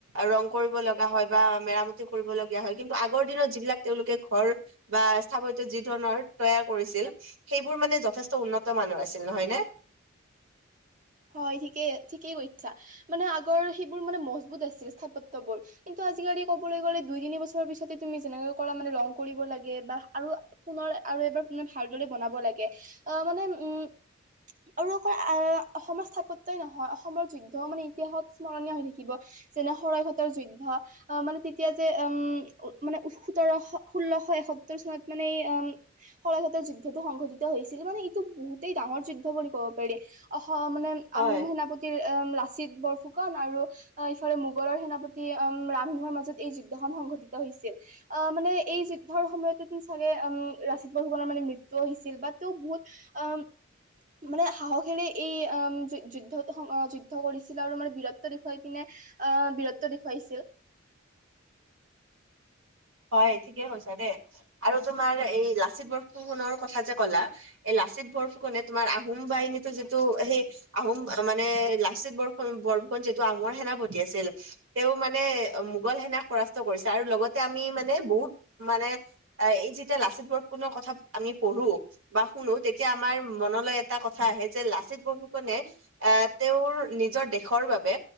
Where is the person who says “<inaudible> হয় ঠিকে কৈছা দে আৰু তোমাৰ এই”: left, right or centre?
Right